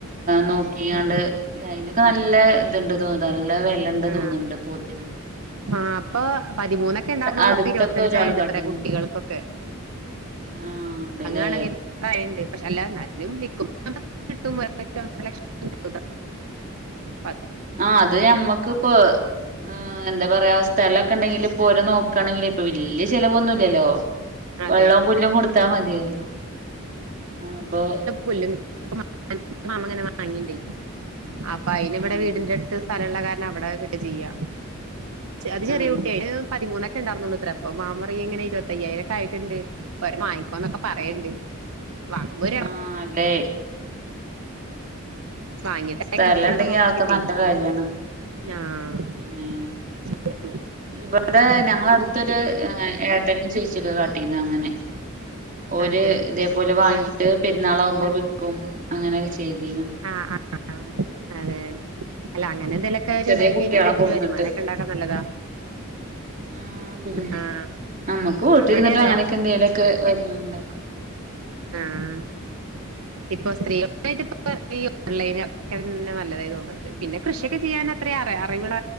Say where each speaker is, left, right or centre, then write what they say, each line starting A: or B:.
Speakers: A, on the right; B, on the right.
A: നോ. ക്കിയാണ്ട്
B: ആഹ്
A: അയിനൊക്കെ നല്ല ഇത്ണ്ട് തോന്ന നല്ല വെലണ്ട്
B: ആഹ്
A: തോന്നുന്നുണ്ട് പോത്തിന്.
B: ആഹ് അപ്പൊ പതിമൂന്നൊക്കെ ഉണ്ടായിർന്നോള്ളു
A: അടുത്തൊക്കെ
B: ഇപ്പൊ ഇരുപത്തഞ്ചായിണ്ട്ത്രേ
A: ഒരാൾ കാട്ടീന്നു
B: കുട്ടികൾക്കൊക്കെ.
A: ആഹ് ഉണ്ട്ല്ലേ.
B: ആണെങ്കി പറയണ്ട് പക്ഷെ അല്ല എന്നാലുംവിക്കുമ്പോ കിട്ടും ഒരു ലക്ഷം ഒനരലക്ഷക്കെ. പത്ത്.
A: ആ അത് ഞമ്മക്ക്പ്പൊ. ആ എന്താ പറയാ സ്ഥലക്കെണ്ടെങ്കിൽ ഇപ്പോ ഓരെ നോക്കുകയാണെങ്കിൽ ഇപ്പൊ വല്യ ചിലവന്നും. ല്ലല്ലോ
B: അതെ
A: വെള്ളവും പുല്ലും കൊടുത്താ മതിയല്ലോ അപ്പൊ.
B: പുല്ലങ്ങനെ വാങ്ങിട്ടേ. അപ്പൊ അയിനി ഇവിടെ
A: ആഹ്
B: വീടിന്റെ അടുത്ത് സ്ഥലമുള്ള കാരണം അവിടെ കെട്ട ചെയ്യാ. അത് ചെറിയ
A: ആഹ്
B: കുട്ടിയ പതിമൂന്നൊക്കെ ഉണ്ടായിർന്നൂത്ര അപ്പൊ മാമൻ. ങ്ങനെ ഇരുപത്തയായിരക്കെ ആയിട്ടുണ്ട് വാങ്ങിക്കൊനൊക്ക. പറയണ്ട് വാങ്ങ്പോ <inaudible>
A: ആഹ് അല്ലേ
B: വാങ്ങിട്ടൊക്കെ
A: സ്ഥലം ഉണ്ടെങ്കി
B: നോക്കിട്ടേ.
A: അതൊക്കെ നല്ല കാര്യാണ്
B: ആഹ്
A: പിന്നെ
B: ശരി.
A: ഇവിടെ ഞങ്ങള അടുത്തൊരു ഏട്ടനും ചേച്ചിയൊക്കെ കാട്ടീന്ന് അങ്ങനെ. ഒര്
B: അതെ
A: ഇതേപോലെ വാങ്ങിട്ട്
B: അവര്
A: പെരുന്നാളാകുമ്പോ വിൽക്കും അങ്ങനെയൊക്കെ ചെയ്തിനു.
B: ആ ആ അതെ അല്ല അങ്ങനെ. ഇതിലൊക്കെ ഒരു
A: ചെറിയ
B: ഇതായി
A: കുട്ടികളെ
B: കഴിഞ്ഞാൽ നമുക്കൊരു
A: കൊടുന്നിട്ട്
B: വരുമാനക്കെ ഉണ്ടാക്കാ നല്ലതാ.
A: ആഹ് പിന്നെ
B: ആ
A: നമ്മുക്ക് വീട്ടിലിരുന്നിട്ടും
B: അവിടെ അതെ.
A: അങ്ങനെയൊക്കെ എന്തേലൊക്കെ വരുമാനം ഉണ്ടാക്കും.
B: ആഹ്. ഇപ്പൊ സ്ത്രീകളുമായി ഇ ഓൺലൈനൊക്കെ നല്ലതായി തോന്നണ്ണ്ട് പിന്നെ കൃഷിയൊക്കെ ചെയ്യാൻ. അത്ര അറിവുള്ള